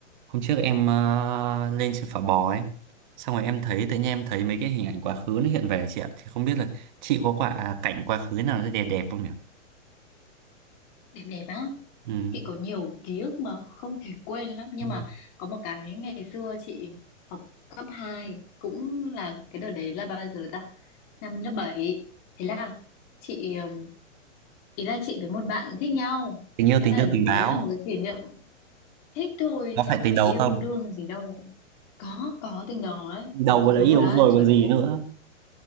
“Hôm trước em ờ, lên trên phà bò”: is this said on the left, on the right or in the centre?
Right